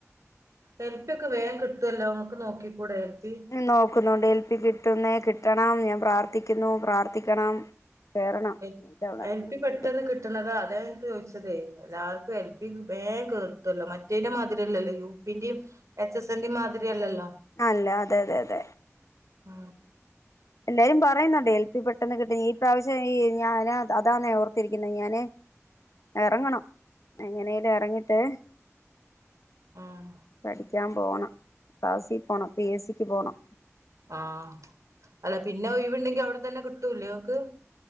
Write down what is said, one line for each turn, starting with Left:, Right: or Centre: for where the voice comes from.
Right: എൽപി ഒക്കെ വേം കിട്ടൊല്ലോ നമുക്ക് നോക്കി കൂടെ എൽ പി
Left: നോക്കുന്നുണ്ട് എൽ പ്പി കിട്ടുന്നേ കിട്ടണം ഞാ പ്രാർത്ഥിക്കുന്നു പ്രാർത്ഥിക്കണം കേറണം
Right: എൽ
Left: ഇത്തവണ
Right: എൽ
Left: എങ്ങനേലും
Right: പി പെട്ടെന്ന് കിട്ടണതാ അതാ ഞാൻ ചോദി ട്ടതെ എല്ലാർക്കും എൽ പി വേം കേർട്ടോല്ലോ മറ്റേന്റെ മാതിരിയല്ലല്ലോ യു പി ന്റെയും എച്ച് എസ് എന്റെയും മാതിരിയല്ലല്ലോ
Left: ആല്ല അതെ അതെ അതെ
Right: മ്
Left: എല്ലാരും പറയുന്നുണ്ട് എൽ പി പെട്ടെന്ന് കിട്ടു ഈ പ്രാവശ്യം ഈ ഞാന അതാന്നെ ഓർത്തിരിക്കുന്നത് ഞാന് ഇറങ്ങണം എങ്ങനെലും എറങ്ങിട്ട്
Right: ഉം
Left: പഠിക്കാ പോണം ക്ലാസ്സി പോണം പി എ സിക്ക് പോണം
Right: ആഹ് അല്ല പിന്നെ ഒഴിവുണ്ടെങ്കി അവിടെ തന്നെ കിട്ടൂലേ ഓക്ക്